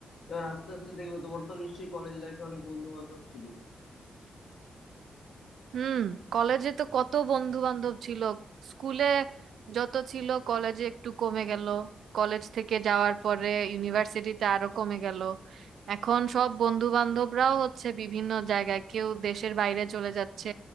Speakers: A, on the left; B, on the right.
A: এবার আস্তে আস্তে দেখবে তোমার তো নিশ্চয়ই কলেজ লাইফে অনেক বন্ধু বান্ধব ছিল
B: হুম কলেজে তো কত বন্ধু বান্ধব ছিল স্কুলে যত ছিল কলেজে একটু কমে গেল কলেজ থেকে যাওয়ার পরে ইউনিভার্সিটিতে আরো কমে গেল এখন সব বন্ধু বান্ধবরাও হচ্ছে বিভিন্ন জায়গায় কেউ দেশের বাইরে চলে যাচ্ছে